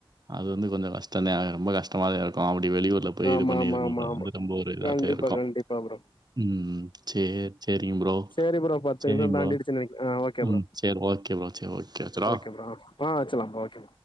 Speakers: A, on the right; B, on the left.
A: அது வந்து கொஞ்சோ கஷ்டோதா ஆ ரொம்ப கஷ்டமாதா இருக்கு அப்டி வெளியூர்ல போய்
B: ஆமா
A: இது பண்ணி
B: ஆமா
A: இருக்குனு
B: ஆமா
A: இப்ப
B: ஆமா
A: வந்து ரொம்ப ஒரு
B: கண்டிப்பா
A: அதே இருக்கு
B: கண்டிப்பா ப்ரோ
A: ம் சேரி சேரிங் ப்ரோ
B: சேரி ப்ரோ பத்து
A: சேரிங் ப்ரோ
B: <unintelligible> ஓகே
A: ம்
B: ப்ரோ
A: சேரி ஓகே ஃப்ரோ சேரி ஓகே வச்சிரவா
B: ஓகே ப்ரோ ஆ வச்சில்லா ஃப்ரோ ஓகே